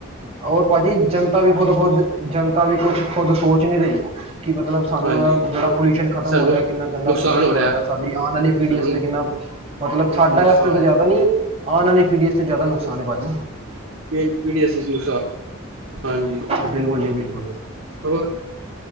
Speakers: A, on the right; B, on the right.
A: ਔਰ ਭਾਜੀ, ਜਨਤਾ ਵੀ ਖੁਦ-ਖੁਦ। ਜਨਤਾ ਵੀ ਕੁਛ, ਖੁਦ ਸੋਚ ਨਈ ਰਈ, ਕਿ ਮਤਲਬ ਸਾਨੂੰ
B: ਹਾਂਜੀ
A: ਏਹ ਜੇਹੜਾ ਪੋਲਿਊਸ਼ਨ ਖਤਮ
B: ਸਾਨੂੰ
A: ਹੋ ਦਾ ਏ, ਕਿੰਨਾ ਗੰਦਾ
B: ਨੁਕਸਾਨ
A: ਪੋਲਿਊਸ਼ਨ
B: ਹੋ ਰਿਹਾ
A: ਮਾਰ ਰਿਆ, ਸਾਡੀ ਆਣ ਵਾਲੀ ਪੀੜ੍ਹੀ
B: ਸਾਨੂੰ
A: ਆਸਤੇ ਕਿੰਨਾ ਮਤਲਬ ਸਾਡਾ
B: ਨੁਕਸਾਨ
A: ਆਸਤੇ ਤੇ ਜਾਦਾ ਨੀ, ਆਣ ਆਲੀ ਪੀੜ੍ਹੀ ਆਸਤੇ ਜਾਦਾ ਨੁਕਸਾਨ ਹੈ ਪਾਜੀ।
B: ਪੇਨ ਪੀ ਡੀ <unintelligible> ਹਾਂਜੀ।
A: ਬਿਲਕੁਲ ਜੀ ਬਿਲਕੁਲ।
B: ਹੋਰ?